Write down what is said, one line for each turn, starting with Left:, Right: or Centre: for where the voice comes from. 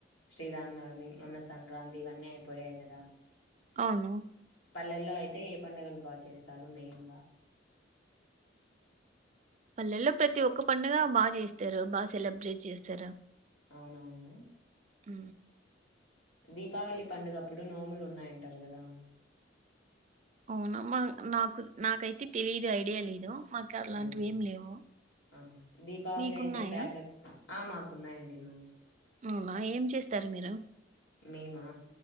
Left: శ్రీరామనవమి మొన్న సంక్రాంతి ఇవన్నీ అయిపోయాయి కదా
Right: అవును
Left: పల్లెల్లో అయితే ఏ పండగలు బాగా చేస్తారు మెయిన్ గా
Right: పళ్లలో ప్రతి ఒక్క పండుగ బాగా చేస్తారు బాగా సెలబ్రేట్ చేస్తారు
Left: అవునువును
Right: అ
Left: దీపావళి పండుగప్పుడు నోములు ఉన్నాయంటారు కదా
Right: అవునామ్ మా నాకు నాకైతే తెలిదు ఐడియా లేదు మాకు అలాంటివి
Left: అవునా
Right: ఏం లేవు
Left: ఆహా దీపావళి
Right: మీకున్నాయా
Left: అయితే క్రాకర్స్ ఆ మాకున్నాయండి నోము
Right: అవునా ఏం చేస్తారు మీరు
Left: మేమా